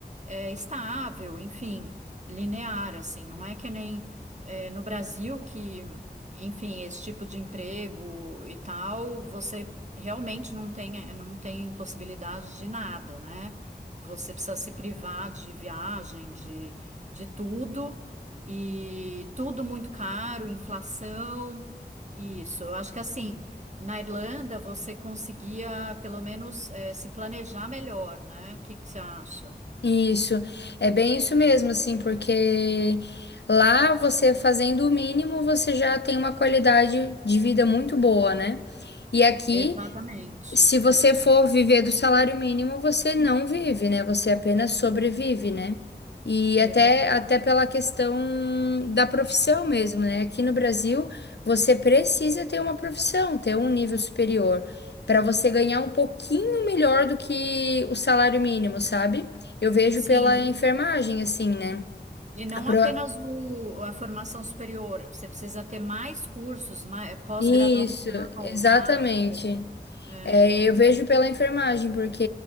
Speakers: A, on the right (about 45°); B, on the left (about 80°).
A: é, estável, enfim, linear, assim. Não é que nem é, no Brasil que, enfim, esse tipo de emprego e tal, você realmente não tem, não tem possibilidade de nada, né? Você precisa se privar de viagem, de, de tudo, e tudo muito caro, inflação. Isso, eu acho que assim, na Irlanda você conseguia pelo menos eh, se planejar melhor, né? O que que você acha?
B: Isso, é bem isso mesmo, assim, porque lá você fazendo o mínimo, você já tem uma qualidade de vida muito boa, né? E aqui
A: Exatamente,
B: se você
A: é,
B: for viver do salário mínimo, você não vive, né? Você apenas sobrevive, né? E
A: é
B: até,
A: verdade.
B: até pela questão da profissão mesmo, né? Aqui no Brasil, você precisa ter uma profissão, ter um nível superior, para você ganhar um pouquinho melhor do que o salário mínimo, sabe? Eu vejo
A: Sim,
B: pela enfermagem, assim, né?
A: e não
B: A pro-
A: apenas o, a formação superior, você precisa ter mais cursos, mais, pós-graduação,
B: Isso, exatamente.
A: master. É,
B: É, eu vejo pela enfermagem, porque